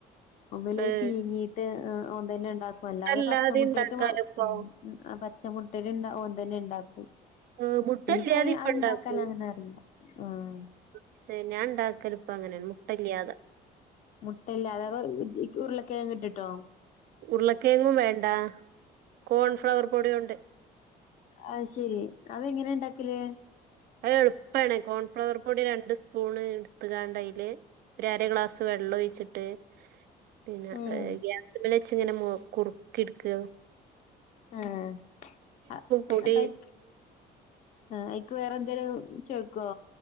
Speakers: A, on the left (about 45°); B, on the right (about 65°).
A: ഒന്നുലേയ്
B: ഏഹ്
A: പീങ്ങിട്ട് ഒ ഓൻ തെന്നെണ്ടാ ഒല്ലാതെ
B: മുട്ടല്ലാതിം
A: പച്ചമുട്ടയിട്ട്
B: ഇണ്ടാക്കാലോ
A: മ
B: ഇപ്പൊ
A: ഉം അഹ് പച്ചമുട്ടേല്ണ്ട ഒൻ തെന്നെ ണ്ടാക്കും.
B: ഏഹ് മുട്ടല്ലാതിം
A: ഇനിക്കഹ്
B: ഇപ്പ
A: അത്ണ്ടാക്കനങ്ങനറീല
B: ഇണ്ടാക്കും
A: ആഹ്
B: ക്ഷെ ഞാൻ ണ്ടാക്കല് പ്പങ്ങനേണ് മുട്ടല്ല്യാതെ
A: മുട്ടല്ലാതെ അപ്പൊ ജി ഉർളക്കെഴങ്ങ്ട്ടിട്ടോ
B: ഉർളക്കേങ്ങും വേണ്ട. കോൺഫ്ലവർ പൊട്യോണ്ട്
A: അഹ് ശെരി അതെങ്ങനെ ണ്ടാക്കല്
B: അത് എളുപ്പണ, കോൺഫ്ലവർ പൊടി രണ്ട് സ്പൂണ് ഇട്ത്ത്‌കാണ്ടയ്ല് ഒരരഗ്ലാസ് വെള്ളൊഴിച്ചിട്ട് പിന്ന
A: ആഹ്
B: ഇഹ് ഗ്യാസ്മ്മലെച്ച്ങ്ങനെ മു കുറുക്കിട്ക്കാ
A: ഏഹ് അ
B: പൊടി
A: തയ് ഏ അയ്ക്ക് വേറെന്തേലും ചേർക്കോ